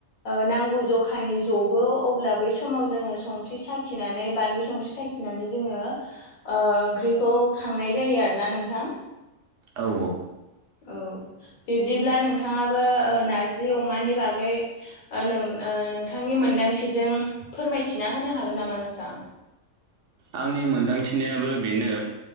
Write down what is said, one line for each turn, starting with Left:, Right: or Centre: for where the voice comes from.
Left: नांगौ जखानि जबो अब्ला बै समाव जोङो संख्रि साखिनानै बानलु संख्रि साखिनानै जोङो ओंख्रिखौ खांनाय जायो आरोना नोंथां
Right: औ
Left: औ बिब्दिब्ला नोंथाङाबो नार्जि जि अमानि बागै नोंथांनि मोनदांथिजों फोरमायथिना होनो हागोन नामा नोंथां?
Right: आंनि मोनदांथिनायाबो बेनो